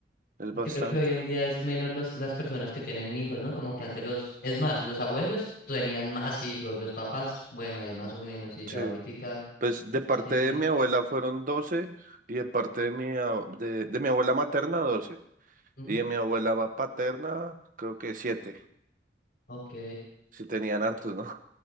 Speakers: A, on the right; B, on the left.
A: es
B: y
A: bastante.
B: creo que hoy en día es menos los, las personas que tienen hijos, ¿no? Como que antes los, es más, los abuelos tenían más hijos, los papás, bueno, ahí más o menos, y
A: Sí.
B: ya ahorita
A: Pues de parte
B: casi,
A: de
B: l-
A: mi abuela fueron 12 y de parte de mi, a- de, de mi abuela materna 12
B: ujú,
A: y de mi abuela va- paterna creo que siete
B: ok.
A: si tenían hartos, ¿no? <laughs>